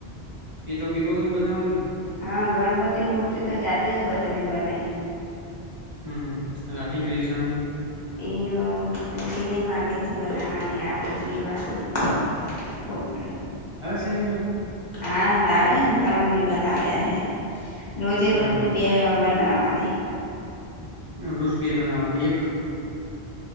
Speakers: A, on the right (about 30°); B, on the left (about 50°).
A: એ તો બીબામાજ બનાવવાની.
B: હા ગણપતિની મૂર્તિ તો જાતે વતને બનાવી.
A: હમ હમ રાખી ક્રીષ્ણ.
B: એ અ ચીનય માટેથી બનાવાની આવે બીબાથી. કોતરણી
A: થ રવું.
B: હા લાવ્યા હે ને ત્રણ બીબા લાવ્યા હે. રોજે
A: બરાબર
B: રોજની બે બનાવવાની.
A: રો રુષ બે બનાવવાની એક.